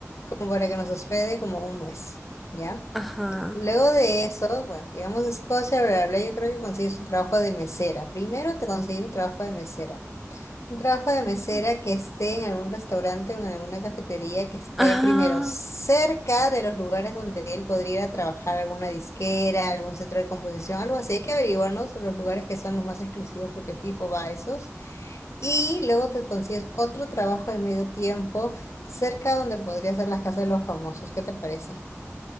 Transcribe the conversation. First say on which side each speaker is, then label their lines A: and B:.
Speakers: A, on the left; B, in the centre.
A: como para que nos hospede como un mes, ¿ya?
B: ajá.
A: Luego de eso, bueno, llegamos a Escocia, bla, bla, bla, yo creo que consigues un trabajo de mesera. Primero te conseguir un trabajo de mesera. Un trabajo de mesera
B: Mm.
A: que esté en algún restaurante o en alguna cafetería que esté
B: Ajá.
A: primero cerca de los lugares donde él podría ir a trabajar, alguna disquera, algún centro de composición, algo así. Hay que averiguarnos los lugares que son los más exclusivos porque fijo va a esos. Y luego te consigues otro trabajo de medio tiempo cerca donde podría ser las casas de los famosos. ¿Qué te parece?